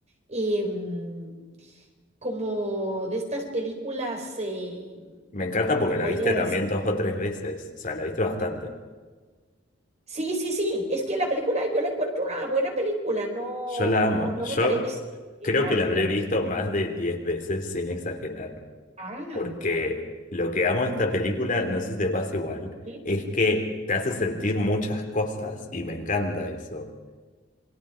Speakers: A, on the right (about 35°); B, on the left (about 45°).
A: Em, como de estas películas, eh,
B: Me encanta
A: ¿cómo
B: porque
A: te podría
B: la viste
A: decir?
B: también dos o tres veces. O sea, la viste bastante.
A: Sí, sí, sí. Es que la película, yo la encuentro una buena película. No,
B: Yo la amo.
A: no, no
B: Yo
A: me parece
B: creo
A: mal,
B: que la habré
A: digamos.
B: visto más de diez veces sin exagerar.
A: Ah,
B: Porque lo que amo de esta película, no sé si te pasa igual,
A: sí.
B: es que te
A: ajá.
B: hace sentir muchas cosas y me encanta eso.